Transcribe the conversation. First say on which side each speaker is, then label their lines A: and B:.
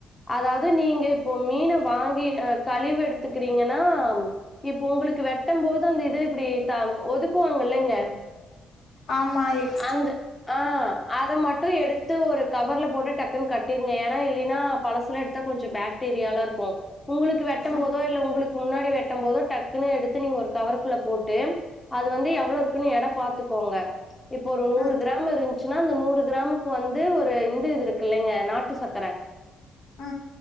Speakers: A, on the left; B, on the left.
A: அதாவுது நீங்க இப்போ மீன வாங்கி அ கழிவு எடுத்துகிறீங்கன்னாம் இப்ப உங்களுக்கு வெட்டம்போது அந்த இது இப்டி தம் ஒதுக்குவாங்கல்லங்க
B: ஆமா எக்
A: அந்த ஆ அத மட்டு எடுத் த்து ஒரு கவர்லப் போட்டு டக்குன் கட்டிருங்க எனா இல்லீனா பழசல எடுத்தா கொஞ்சோ பேக்டீரியாலா இருக்கு உங்குளுக்கு வெட்டம்போதோ
B: ம்
A: இல்ல உங்குளுக்கு முன்னாடி வெட்டம்போதோட் டக்குனு எடுத்து நீங்க ஒருக் கவருக்குள்ள போட்டு அது வந்து எவ்ளோருக்குனு எடப் பாத்துகோங்க இப்போ ஒரு நூறு
B: ம்
A: கிராம் இருந் சுனா அந்த நூறு கிராமுக்கு வந்து ஒரு இந்த இது இருக்குல்லைங்க நாட்டு சக்கர
B: ஆ